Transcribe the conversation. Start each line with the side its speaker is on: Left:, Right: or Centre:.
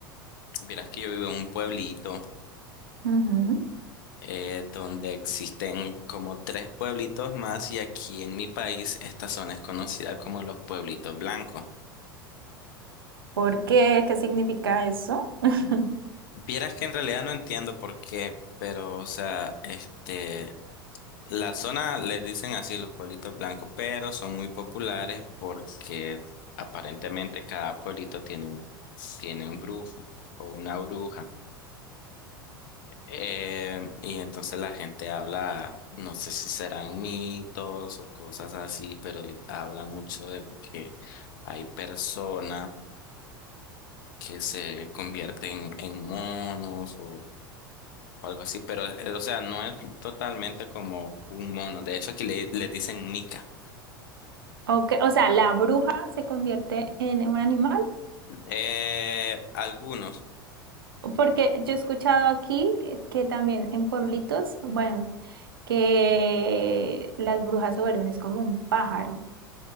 Left: Vieras que yo vivo en un pueblito
Right: Ujú.
Left: eh, donde existen como tres pueblitos más y aquí en mi país esta zona es conocida como los pueblitos blancos.
Right: ¿Por qué? ¿Qué significa eso? <laughs>
Left: Vieras que en realidad no entiendo por qué, pero o sea, este... La zona le dicen así los pueblitos blancos, pero son muy populares porque aparentemente cada pueblito tiene un, tiene un brujo o una bruja. Eh, y entonces la gente habla, no sé si serán mitos o cosas así, pero habla mucho de que hay personas que se convierten en monos o, o algo así, pero eh, o sea, no es totalmente como un mono. De hecho, aquí le, le dicen mica.
Right: Okay, o sea, la bruja se convierte en un animal.
Left: Eh, algunos.
Right: Porque yo he escuchado aquí eh, que también en pueblitos, bueno, que las brujas se vuelven, es como un pájaro,